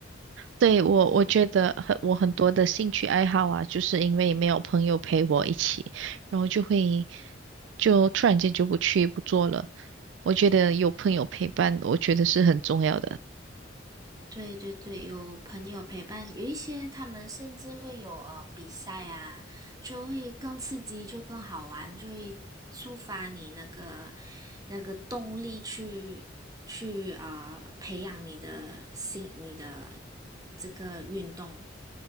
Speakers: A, on the right (about 70°); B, on the right (about 20°).
A: 对，我我觉得很我很多的兴趣爱好啊，
B: 你
A: 就是因为没有朋友陪我一起，然后就会就突然间就不去不做了。我觉得有朋友陪伴，我觉得是很重要的。
B: 对对对，有朋友陪伴，有一些他们甚至会有呃比赛啊，就会更刺激，就更好玩，就会触发你那个那个动力去去呃培养你的心，你的这个运动。